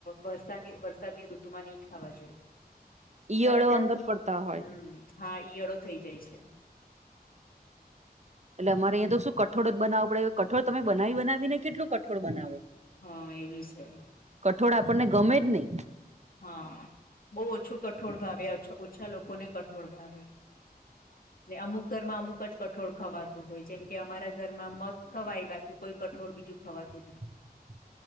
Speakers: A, on the left; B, on the right.
A: વરસાદની વરસાદની ઋતુમાંની ખવા જોઈએ
B: ઈયળો
A: બને ત્યાં
B: અંદર
A: સુધી
B: ફરતા હોય
A: હમ હા ઈયળો થઈ જાય છે
B: એટલે અરેહીં તો શું કઠોળ જ બનાવ પડે કે કઠોળ તમે બનાવી બનાવી ને કેટલું કઠોળ બનાવો
A: હા એવી છે
B: કઠોળ આપણને ગમે જ નહી
A: હા બહુ ઓછું કઠોળ ભાવે ઓછા લોકોને કઠોર ભાવે ને અમુક ઘરમાં અમુક જ કઠોળ ખવાતું હોય જેમ કે અમારા ઘરમાં મગ ખવાય બાકી કોઈ કઠોળ બીજું ખવાતું
B: હ
A: ન
B: <inaudible>